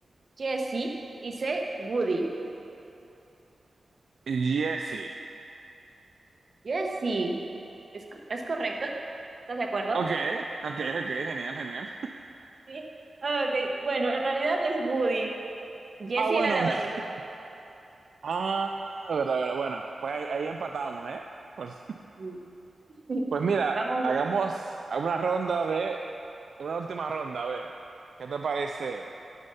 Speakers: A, on the right; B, on the right.
A: Jessie. Y C. Woody.
B: Jesse.
A: Jessie. ¿Es, co- es correcto? ¿Estás de acuerdo?
B: Ok, ok, ok, genial, genial.
A: Sí. Ok. Bueno, en realidad es Woody. Jessie
B: Ah, bueno.
A: era la
B: <laughs>
A: vaquerita.
B: Ah, verdad, verdad. Bueno, pues ahí, ahí empatamos, ¿eh? Pues,
A: <laughs>
B: pues mira,
A: Vamos.
B: hagamos una ronda Una última ronda, a ver, ¿qué te parece?